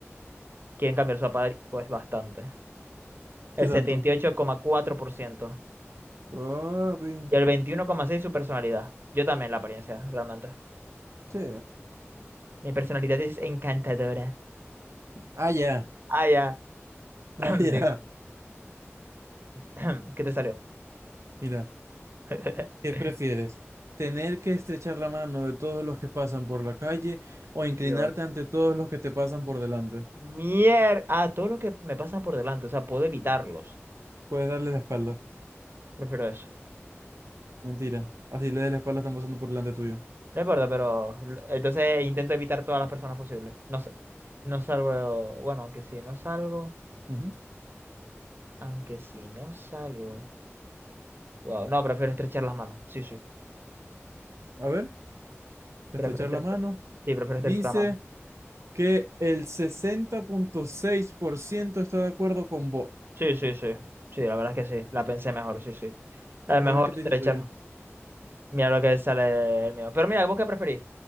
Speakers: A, on the right; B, on the right.
A: quieren cambiar su apariencia. Pues bastante.
B: ¿Qué
A: El setenta
B: tanto?
A: y ocho coma cuatro por ciento
B: Papi.
A: Y el 21,6 su personalidad. Yo también la apariencia, realmente.
B: Sí.
A: Mi personalidad es encantadora.
B: Ah, ya. <laughs>
A: Ah, ya.
B: Ah,
A: <clears throat>
B: ya.
A: Di- <clears throat> ¿Qué te salió?
B: Mira,
A: <laughs>
B: ¿qué prefieres? ¿Tener que estrechar la mano de todos los que pasan por la calle o inclinarte
A: Dios.
B: ante todos los que te pasan por delante?
A: Mier... A todo lo que me pasan por delante, o sea, puedo evitarlos.
B: Puedes darle la espalda.
A: Prefiero eso.
B: Mentira. Así le des la espalda, están pasando por delante tuyo.
A: No importa, pero l- entonces intento evitar todas las personas posibles. No, sa- no salgo, bueno, aunque si no salgo,
B: Ujú.
A: aunque si no salgo. Wow, no, prefiero estrechar las manos. Sí, sí,
B: A ver, estrechar
A: prefiero estrechar.
B: la mano.
A: Sí, prefiero estrechar
B: Dice
A: la mano.
B: que el 60.6% está de acuerdo con vos.
A: Sí, sí, sí. Sí, la verdad es que sí. La pensé mejor, sí, sí. Es mejor
B: A ver qué te
A: estrechar.
B: dice el tuyo.
A: Mira lo que sale el mío. Pero mira, ¿vos qué preferís?